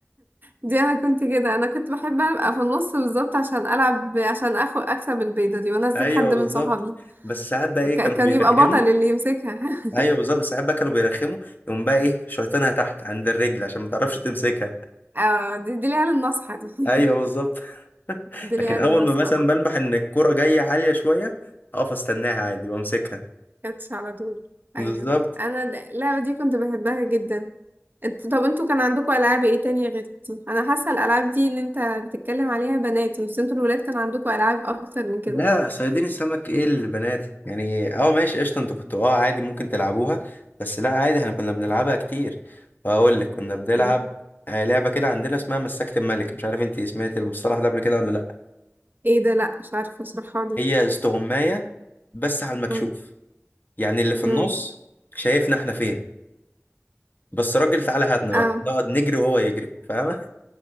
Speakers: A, on the right; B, on the left.
A: دي أنا كنت كده أنا كنت بحب أبقى في النص بالظبط عشان ألعب عشان أخو أكسب البيضة دي وأنزل
B: أيوة
A: حد
B: بالظبط
A: من صحابي
B: بس ساعات بقى إيه
A: ك-
B: كانوا
A: كان
B: بيرخموا
A: يبقى بطل اللي يمسكها
B: أيوة بالظبط ساعات بقى كانوا بيرخموا يقوم بقى إيه شيطانها تحت عند الرجل عشان ما تعرفش تمسكها
A: <laughs> اه دي دي العيال الناصحة دي <laughs>
B: أيوة بالظبط
A: دي العيال
B: لكن اول
A: الناصحة
B: ما مثلا بلمح ان الكرة جاية عالية شوية اقف استناها عادي وامسكها
A: كاتش على طول
B: بالظبط
A: ايوه انا د- اللعبه دي كنت بحبها جدا انت طب انتوا كان عندكم العاب ايه تانية غير دي انا حاسه الالعاب دي اللي انت بتتكلم عليها بناتي بس انتوا الولاد كان عندكم العاب اكتر من كده
B: لا صيادين السمك ايه اللي بناتي يعني اه ماشي قشطة انتوا كنتوا اه عادي ممكن تلعبوها بس لا عادي احنا كنا بنلعبها كتير واقول لك كنا بنلعب
A: مم.
B: آه، لعبة كده عندنا اسمها مسكت الملك مش عارف انت سمعت المصطلح ده قبل كده ولا لا
A: ايه ده لا مش عارفه اشرحها لي
B: هي استغماية بس على المكشوف
A: مم.
B: يعني اللي في النص
A: مم.
B: شايفنا احنا فين بس راجل تعالى هاتنا بقى
A: اه
B: نقعد نجري وهو يجري فاهم